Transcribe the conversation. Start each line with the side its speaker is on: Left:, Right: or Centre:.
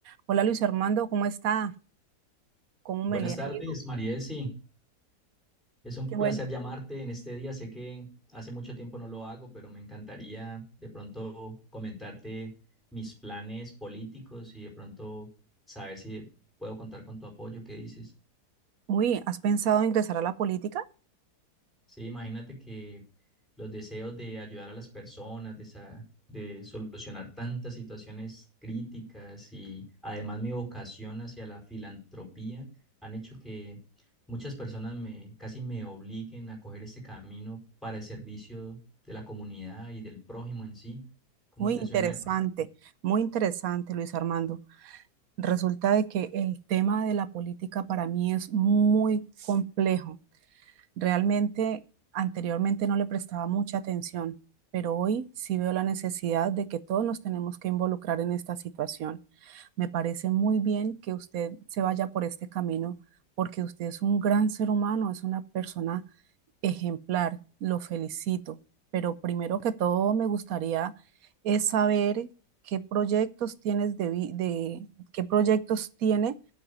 Right: Hola Luis Armando, ¿cómo está? ¿Cómo
Centre: Buenas
Right: me le ha
Centre: tardes,
Right: ido?
Centre: Marielsi. Es un
Right: Qué
Centre: placer
Right: bueno.
Centre: llamarte en este día. Sé que hace mucho tiempo no lo hago, pero me encantaría de pronto comentarte mis planes políticos y de pronto saber si puedo contar con tu apoyo. ¿Qué dices?
Right: Uy, ¿has pensado ingresar a la política?
Centre: Sí, imagínate que los deseos de ayudar a las personas, de, sa- de solucionar tantas situaciones críticas y además mi vocación hacia la filantropía han hecho que muchas personas me casi me obliguen a coger este camino para el servicio de la comunidad y del prójimo en sí. ¿Cómo
Right: Muy
Centre: te
Right: interesante,
Centre: suena de pronto?
Right: muy interesante Luis Armando. Resulta de que el tema de la política para mí es muy complejo. Realmente anteriormente no le prestaba mucha atención, pero hoy sí veo la necesidad de que todos nos tenemos que involucrar en esta situación. Me parece muy bien que usted se vaya por este camino porque usted es un gran ser humano, es una persona Ejemplar, lo felicito, pero primero que todo me gustaría es saber qué proyectos tienes de, vi- de- qué proyectos tiene